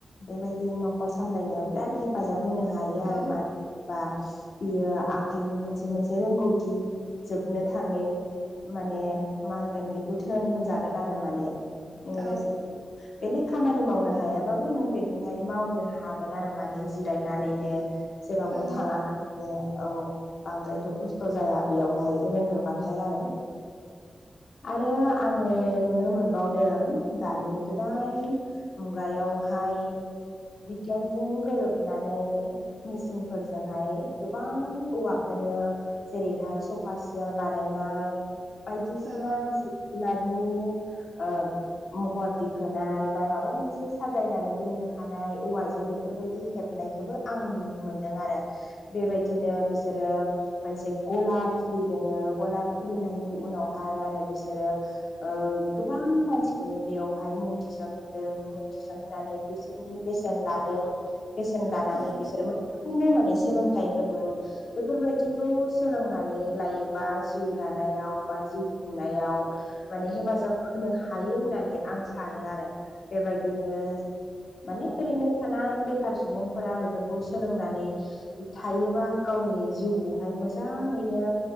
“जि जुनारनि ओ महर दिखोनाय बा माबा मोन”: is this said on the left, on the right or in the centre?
Left